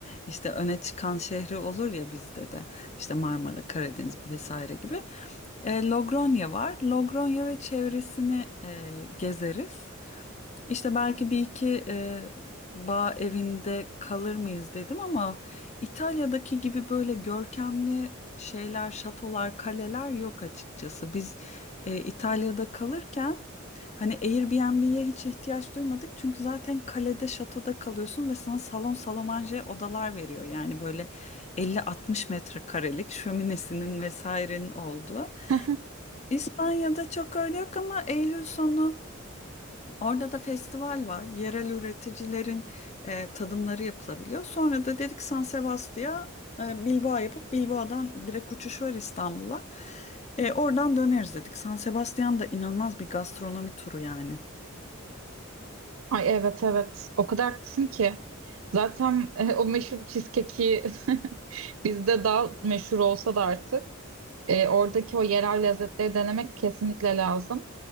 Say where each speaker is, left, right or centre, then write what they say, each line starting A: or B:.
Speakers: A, on the left; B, on the right.
A: işte öne çıkan şehri olur ya bizde de. İşte Marmara, Karadeniz vesaire gibi. E, Logronya var. Logronya ve çevresini e, gezeriz. İşte belki bir iki e, bağ evinde kalır mıyız dedim ama İtalya'daki gibi böyle görkemli şeyler, şatolar, kaleler yok açıkçası. Biz e, İtalya'da kalırken hani Airbnb'ye hiç ihtiyaç duymadık çünkü zaten kalede, şatoda kalıyorsun ve sana salon salomanje odalar veriyor. Yani böyle 50-60 metrekarelik şöminesinin vesairenin olduğu.
B: <laughs>
A: İspanya'da çok öyle yok ama Eylül sonu Orada da festival var. Yerel üreticilerin e, tadımları yapılabiliyor. Sonra da dedik San Sebastian'a e, Bilbao yapıp Bilbao'dan direkt uçuş var İstanbul'a. E, oradan döneriz dedik. San Sebastian da inanılmaz bir gastronomi turu yani.
B: Ay evet evet o kadar haklısın ki. Zaten e, o meşhur cheesecake'i <laughs> bizde daha meşhur olsa da artık e, oradaki o yerel lezzetleri denemek kesinlikle lazım.